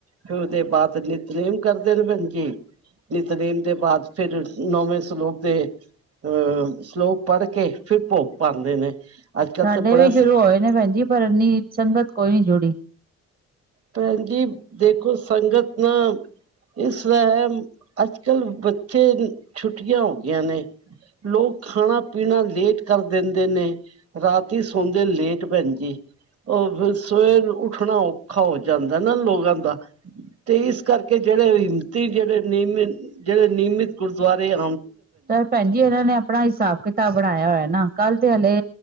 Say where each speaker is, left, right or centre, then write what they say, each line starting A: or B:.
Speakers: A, on the right; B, on the right.
A: ਫਿਰ ਉਹਦੇ ਬਾਅਦ ਨਿਤਨੇਮ ਕਰਦੇ ਨੇ ਭੈਣ ਜੀ ਨਿਤਨੇਮ ਦੇ ਬਾਅਦ ਫਿਰ ਨੌਵੇਂ ਸਲੋਕ ਦੇ ਅਹ ਸਲੋਕ ਪੜ੍ਹ ਕੇ ਫਿਰ ਭੋਗ ਪਾਉਂਦੇ ਨੇ ਅੱਜ ਕੱਲ੍ਹ
B: ਸਾਡੇ
A: ਤਾਂ
B: ਵੀ
A: ਬੜਾ
B: ਸ਼ੁਰੂ ਹੋਏ ਨੇ ਭੈਣਜੀ ਪਰ ਇੰਨੀ ਸੰਗਤ ਕੋਈ ਨੀ ਜੁੜੀ
A: ਭੈਣ ਜੀ ਦੇਖੋ ਸੰਗਤ ਨਾ ਇਸਤਰਾ ਅੱਜ ਕਲ ਬੱਚੇ ਛੁੱਟੀਆਂ ਹੋ ਗਿਆਂ ਨੇ ਲੋਕ ਖਾਣਾ ਪੀਣਾ ਲੇਟ ਕਰ ਦਿੰਦੇ ਨੇ ਰਾਤੀ ਸੌਦੇ ਲੇਟ ਭੈਣ ਜੀ ਸਵੇਰ ਉਠਣਾ ਔਖਾ ਹੋ ਜਾਂਦਾ ਨਾ ਲੋਕਾਂ ਦਾ ਤੇ ਇਸ ਕਰਕੇ ਜਿਹੜੇ ਹਿੰਮਤੀ ਜਿਹੜੇ ਨਿਯਮਿਤ ਜਿਹੜੇ ਨਿਯਮਿਤ ਗੁਰਦੁਆਰੇ ਆ
B: ਚ ਭੈਣ ਜੀ ਇਹਨਾਂ ਨੇ ਆਪਣਾ ਹਿਸਾਬ ਕਿਤਾਬ ਬਣਾਇਆ ਹੋਇਆ ਨਾ ਕੱਲ੍ਹ ਤੇ ਹਲੇ